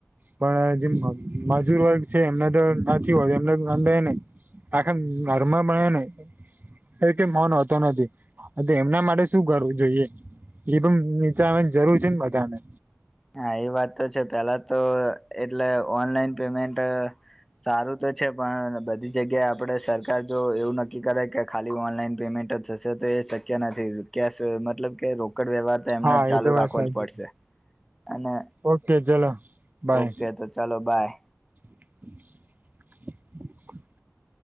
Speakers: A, on the right; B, in the centre.
A: પણ જે મજૂર વર્ગ છે એમને તો ના હોય એમને તો નાંદાય નહી. આખા ઘરમાં બ્યા નહી. ક કે મન હોતો નથી, એમના માટે શું કરવું જોઈએ? એ પણ નીચા આવેવા ને જરૂર છે ને બધા ને.
B: હા એ વાત તો છે પેલા તો એટલે ઓનલાઈન પેમેન્ટ, સારું તો છે પણ બધી જગ્યાએ આપણેે સર સર જો એવું નક્કી કરે કે ખાલી ઓનલાઈન પેમેન્ટ જ થશે તો એ શક્ય નથી. કેશ મતલબ કે રોકડ વ્યવહાર તો એમને
A: હા
B: ચાલુ
A: એ તો વાત
B: રાખવો
A: સાચી
B: જ પડશે. અને,
A: ઓકે ચલો બાય
B: ઓકે તો ચાલો બાય.
A: <inaudible>